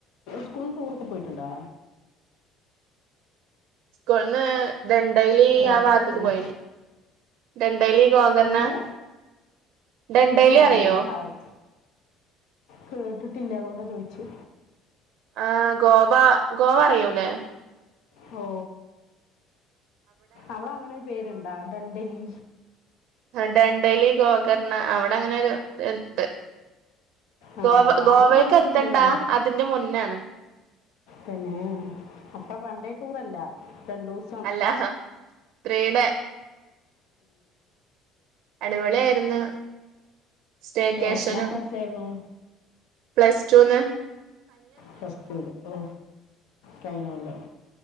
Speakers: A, on the left (about 80°); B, on the right (about 65°).
A: സ്കൂൾന്ന് ടൂറൊക്കെ പോയിട്ട്ണ്ടാ
B: സ്കൂൾന്ന് ദണ്ടെയ്ലീ
A: എവിടേക്കാ
B: ആ ബാത്ത്ക്ക്
A: പോയിട്ടുള്ളത്
B: പോയിനി ഡണ്ടൈലി ഗോകർണ
A: എവിടെ
B: ഡണ്ടൈലി
A: ഓ
B: അറിയോ
A: സ്ഥലം കേട്ടിട്ടില്ല അതുകൊണ്ടാ ചോയ്ച്ചെ
B: ആ ഗോവ ഗോവ അറിയൂലെ
A: ഓ അവിടെ അങ്ങനെ ഒരു പേരുണ്ടാ ഡണ്ടലി
B: ആ ഡണ്ടലി ഗോകർണ അവിടെ അങ്ങനെ ഒരു ത്ണ്ട്
A: ആ
B: ഗോവ ഗോവേക്കെത്തണ്ടാ
A: ആള് പോയിട്ടുണ്ട് നമ്മ
B: അതിന്റെ മുന്നാണ്
A: തന്നേ അപ്പൊ വൺ ഡേ ടൂറല്ല രണ്ടുസ്‌ സം
B: അല്ല ത്രീയുടെ അടിപൊളിയായിരുന്നു സ്റ്റേക്കേഷനും
A: എത്രാം ക്ലാസ്സിലായിരുന്നു
B: പ്ലസ്റ്റൂന്ന്
A: പ്ലസ്ല്റ്റൂല് ഓ കഴിഞ്ഞ കൊല്ലം